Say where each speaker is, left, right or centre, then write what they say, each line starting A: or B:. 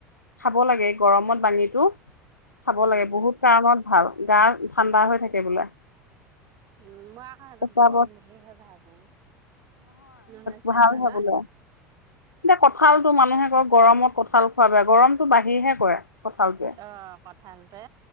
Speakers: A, on the left; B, on the right.
A: খাব লাগে গৰমত বাঙিটো। খাব
B: উম
A: লাগে বহুত কাৰণত ভাল। গা ঠাণ্ডা হৈ থাকে বোলে।
B: উম', মই আকৌ সেইটো
A: পেচাবত
B: গম বুলিহে ভাবো। নহয়
A: ভাল
B: চাগে
A: হয়
B: ন?
A: বোলে এতিয়া কঁঠালটো মানুহে কয় গৰমত কঁঠাল খোৱা বেয়া। গৰমতটো বহিৰহে কৰে। কঁঠালটোৱে।
B: অ', কঁঠালটোৱে,